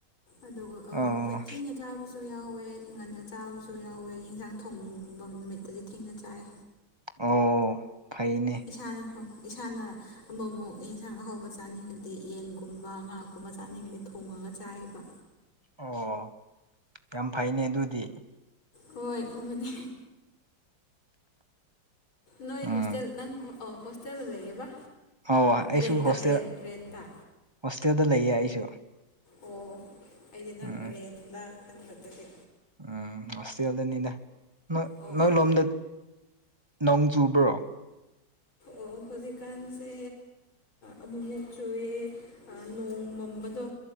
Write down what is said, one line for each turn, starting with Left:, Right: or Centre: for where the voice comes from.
Left: ꯑꯗꯨꯒ
Right: ꯑꯣ
Left: ꯑꯩꯈꯣꯏ ꯊꯦꯡꯅ ꯆꯥꯕꯁꯨ ꯁꯨ ꯌꯥꯎꯋꯦ ꯉꯟꯅ ꯆꯥꯕꯁꯨ ꯌꯥꯎꯋꯦ ꯌꯦꯟꯖꯥꯡ ꯊꯣꯡꯕ ꯅꯨꯃꯤꯠꯇꯗꯤ ꯊꯦꯡꯅ ꯆꯥꯏ
Right: ꯑꯣ ꯐꯩꯅꯦ
Left: ꯏꯁꯥꯅ ꯊꯣꯡ ꯏꯁꯥꯅ ꯑꯃꯃꯨꯛ ꯌꯦꯟꯁꯥꯡ ꯑꯍꯥꯎꯧꯕ ꯆꯥꯅꯤꯡꯉꯗꯤ ꯌꯦꯟꯒꯨꯝꯕ ꯉꯥꯀꯨꯝꯕ ꯆꯥꯅꯤꯡꯉꯗꯤ ꯊꯣꯡꯉꯒ ꯆꯥꯏꯕ
Right: ꯑꯣ ꯌꯥꯝ ꯐꯩꯅꯦ ꯑꯗꯨꯗꯤ
Left: ꯍꯣꯏ ꯐꯕꯅꯦ ꯅꯣꯏ
Right: ꯎꯝ
Left: ꯍꯣꯁꯇꯦꯜ ꯅꯪ ꯍꯣꯁꯇꯦꯜ ꯂꯩꯌꯦꯕ
Right: ꯑꯧ ꯑꯩꯁꯨ
Left: ꯔꯦꯟꯇ
Right: ꯍꯣꯁꯇꯦꯜ
Left: ꯔꯦꯟ ꯔꯦꯟꯇ
Right: ꯍꯣꯁꯇꯦꯜꯗ ꯂꯩꯌꯦ ꯑꯩꯁꯨ
Left: ꯑꯣ ꯑꯩꯗꯤ ꯅꯪ
Right: ꯎꯝ
Left: ꯔꯦꯟꯗ ꯈꯟꯕ ꯑꯗꯨꯒꯤ
Right: ꯎꯝ ꯍꯣꯁꯇꯦꯜꯗꯅꯤꯅꯦ
Left: ꯑꯣ
Right: ꯅꯣꯏ
Left: ꯑꯣ
Right: ꯂꯣꯝꯗ ꯅꯣꯡ ꯆꯨꯕ꯭ꯔꯣ
Left: ꯑꯣ ꯍꯧꯖꯤꯛꯀꯥꯟꯁꯦ ꯑꯃꯨꯛ ꯃꯣꯛ ꯆꯨꯑꯦ ꯅꯣꯡ ꯃꯪꯕꯗꯣ